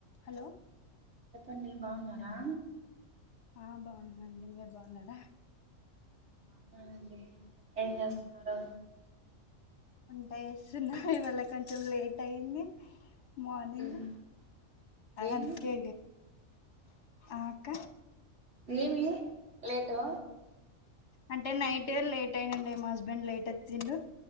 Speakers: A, on the left (about 60°); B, on the right (about 65°).
A: హలో
B: చెప్పండి బాగున్నారా
A: ఆ బాగున్నాండి మీరు బాగున్నారా
B: బాగున్నామండి ఏం చేస్తున్నారు
A: లేస్తున్నా ఇవాళ కొంచెం లేట్ అయింది మార్నింగ్
B: ఉమ్ ఏమి
A: అందుకే అక్క
B: ఏమి లేటు
A: అంటే నైట్ లేట్ అయినండి మా హస్బెండ్ లేట్ వచ్చి డు